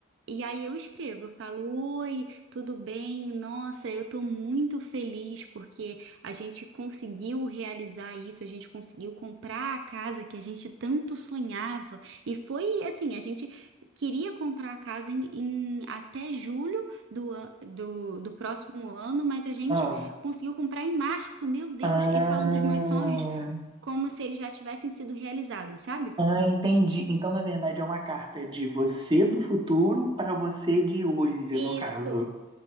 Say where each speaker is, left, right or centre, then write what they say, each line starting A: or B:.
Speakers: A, on the right; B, on the right.
A: E aí eu escrevo, eu falo, oi, tudo bem? Nossa, eu tô muito feliz porque a gente conseguiu realizar isso, a gente conseguiu comprar a casa que a gente tanto sonhava. E foi assim, a gente queria comprar a casa em, em até julho do, an- do, do próximo ano, mas a gente
B: ah,
A: conseguiu comprar em março, meu Deus,
B: ah.
A: e falando dos meus sonhos como se eles já tivessem sido realizados, sabe?
B: Ah, entendi. Então, na verdade, é uma carta de você do futuro para você de hoje,
A: Isso,
B: no caso.